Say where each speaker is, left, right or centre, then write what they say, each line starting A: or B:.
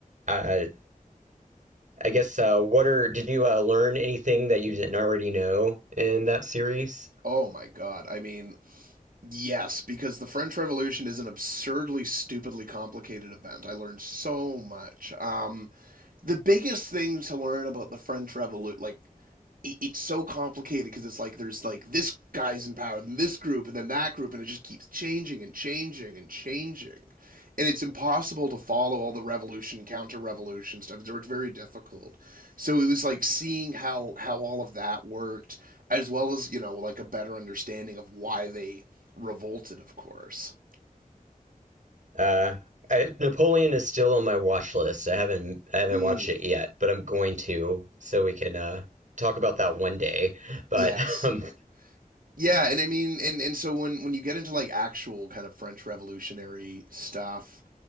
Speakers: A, on the right (about 60°); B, on the right (about 75°).
A: uh, I guess uh, what are did you uh, learn anything that you didn't already know in that series?
B: Oh my God. I mean, Yes, because the French Revolution is an absurdly, stupidly complicated event. I learned so much. Um, the biggest thing to learn about the French Revolution, like it, it's so complicated because it's like there's like this guy's in power, then this group, and then that group, and it just keeps changing and changing and changing, and it's impossible to follow all the revolution, counter-revolution stuff. It's, it's very difficult. So it was like seeing how how all of that worked, as well as you know like a better understanding of why they revolted. Of course.
A: Uh, I, Napoleon is still on my watch list. I haven't I haven't
B: Mm,
A: watched it yet, but I'm going to, so we can uh, talk about that one day. But
B: yes.
A: <laughs> um,
B: Yeah, and I mean, and and so when when you get into like actual kind of French Revolutionary stuff,